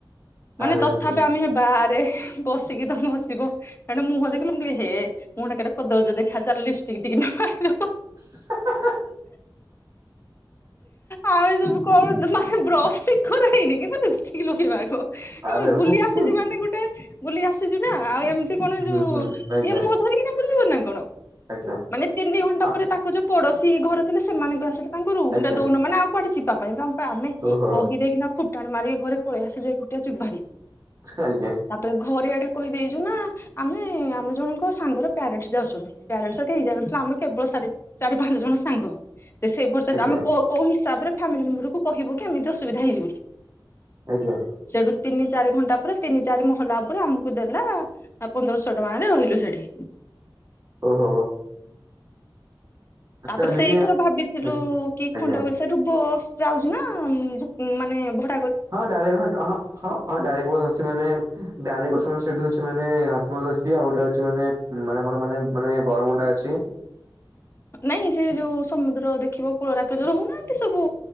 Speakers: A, on the left (about 30°); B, on the right (about 45°).
A: ମାନେ
B: ଆରେ
A: ତଥାପି
B: ଭାଇ
A: ଆମେ ବାହାରେ। ପସିକି ତମ ହସିବ। ହେଠୁ ମୁହଁ ଦେଖିଲୁ ମୁଁ କଇଲି ହେ ମୁହଁ ଟା କଦର୍ଯ୍ୟ ଦେଖା ଲିପ ଟିକେ <unintelligible>
B: <unintelligible>
A: ଆମେ ସବୁ କଣ ମାନେ ବ୍ରସ୍ ବି କରା ହେଇନୀ କିନ୍ଥୁ ଲିପଷ୍ଟିକ୍ ଲାଗେଇବା ଆଗ।
B: ଆରେ
A: ଏ ବୁଲି
B: ଭାଇ
A: ଆସିଛି ମାନେ ଗୋଟେ। ବୁଲି ଆସିଛୁ ନା ଆଉ ଏମିତି କଣ
B: ହୁଁ
A: ଯୋଉ
B: ହୁଁ ଆଜ୍ଞା
A: ଏ ମୁଁ ଧରିକିନା ବୁଲିବ ନା କଣ?
B: ଆଜ୍ଞା।
A: ମାନେ ତିନି ଘଣ୍ଟା
B: ଆ
A: ପରେ ତାକୁ ଯୋଉ ପଡୋଶୀ ଘର ଥିଲେ ସେମାନଙ୍କ ଆସିଲା, ତାଙ୍କୁ ରୁମ
B: ଆଜ୍ଞା
A: ରେ ଦଉନ ମାନେ ଆଉ କୁଆଡେ ଯିବା? ତମ ପାଇଁ ଆମେ
B: ଓହୋ
A: କହିଦେଇକିନା ଫୁଟାଣ ମାରିକି ଘରେ ପଳେଇ ଆସଯୁଟିଆ ଚୁ ଭାରି
B: <unintelligible>
A: ତାପରେ ଘରେଆଡେ କହିଦେଇଛୁ ନା। ଆମେ ଆମେ ଜଣଙ୍କ ସାଙ୍ଗର ପ୍ୟାରେଟସ୍ ଯାଉଛନ୍ତି ପ୍ୟାରେଣ୍ଟସ କେଇ ଯାଉ ଆମେ କେବଳ ସାର ଚାରି ପାଞ୍ଚ ଜଣ ସାଙ୍ଗ ତ ସେଇ ପ
B: ଆଜ୍ଞା
A: ତ ଆମେ କୋଉ କୋଉ ହିସାବରେ ଫାମିଲି ମେମ୍ବର କୁ କହିବୁ କି ଏମିତି ଅସୁବିଧା ହେଇସି ବୋଲି?
B: ଆଜ୍ଞା।
A: ସେଠୁ ତିନି ଚାରି ଘଣ୍ଟା ପରେ ତିନି ଚାରି ମହଲା ଉପରେ ଆମକୁ ଦେଲା। ଆ ପନ୍ଦରଶହ ଟଙ୍କାରେ ରହିଲୁ ସେଠି।
B: ଓହୋ।
A: ତାପରେ
B: ତ ଏମିତି
A: ସେ ଏଇଥର ଭାବିଥିଲୁ
B: ଆଜ୍ଞା
A: କି
B: ଆଜ୍ଞା
A: ଖଣ୍ଡଗି ସେଠୁ ବସ୍ ଯାଉଛି ନା ଭୁ ମାନେ ଭଟ
B: ହଁ ଡାରେଡ୍ ହଁ ହଁ। ହଁ ହଁ ଡାଇରେକ୍ଟ ବସ ଆସିଛି ମାନେ ଡାଇକ୍ଟ ବସନେ ସେଇଠି ସେମାନେ ରାଜମହଲ ଅଛି ଆଉ ଗୋଟେ ଅଉଛି ମାନେ। ମାନେ ଆମର ମାନେ ମାନେ ବରମୁଣ୍ଡା ଅଛି।
A: ନାଇଁ ସେ ଯୋଉ ସମୁଦ୍ର ଦେଖିବ କୂଳ ରାକ ଯୋଉ ରହୁନାହାନ୍ତି ସବୁ।